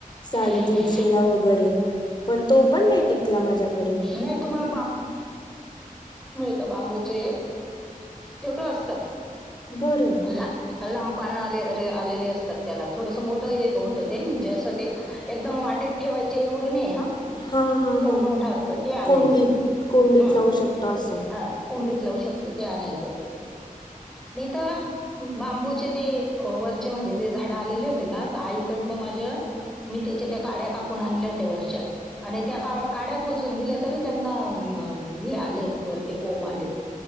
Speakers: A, on the left (about 30°); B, in the centre.
A: साडेतीनशेला
B: हम्म.
A: वगैरे पण तो पण नाही टिकला माझ्याकडे.
B: नाही तुम्हाला बांबूचे एक छोटं असत.
A: बरं
B: ला लंपानाले आलेले असतात त्याला थोडस मोठं होत ते म्हणजे असं ते एकदम वाटेत ठेवायच एवढं नहीये.
A: हा हा
B: थोड
A: हा
B: मोठं असत ते आणायच
A: कोंडीत
B: हम्म
A: कोंडीत लावू शकतो असं
B: हा कुंडीत लावू शकतो. ते आणयच. मी तर बांबूचे ते वरचे म्हणजे ते झाड आलेली होते ना आईकडनं माझ्या मी त्याच्या त्या काड्या कापून आणल्या होत्या. वरच्या आणि त्या का काड्या खोचून दिल्या तरी त्यांना हे आलेत वरती कोंब आलेत.